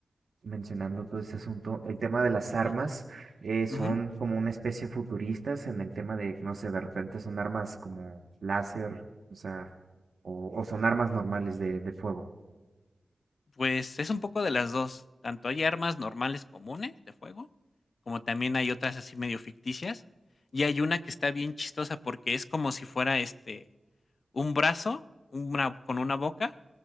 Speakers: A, on the right; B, on the left.
A: mencionando todo este asunto, el tema de las armas
B: ujú,
A: eh, son
B: ujú.
A: como una especie futuristas en el tema de, no sé, de repente son armas como láser, o sea, o, o son armas normales de, de fuego.
B: Pues es un poco de las 2. tanto hay armas normales comunes de fuego, como también hay otras así medio ficticias, y hay una que está bien chistosa porque es como si fuera, este, un brazo, una con una boca